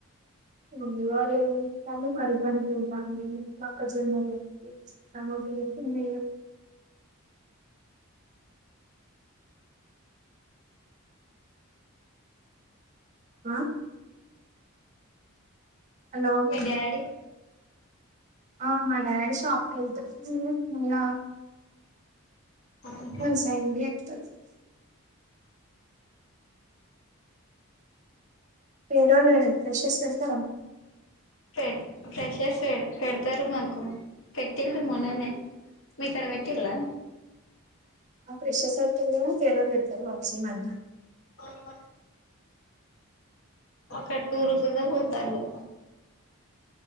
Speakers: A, on the right; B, on the left.
A: మమ్మీ వాళ్ళు ఏం చెత్తళ్లు కరువు పని పోతుంది మొక్కజొన్నలు <unintelligible> అమ్మయ్య ఆ హలో
B: మీ డాడీ
A: ఆ మా డాడీ షాప్ కి వెళ్తాడు <unintelligible> <unintelligible>
B: ఆహా
A: పేరు ఫ్రెషర్స్ పెత
B: ఫెడ్ ఫ్రెషర్స్ పెడతారు మాకు పెట్టింది మొననే మీ కడ మట్టిలా
A: ఆ ప్రెషర్స్ <unintelligible> ఇడతారు బాక్సీ మధ
B: <unintelligible> ఒక టూరు కూడా పోటళ్ళు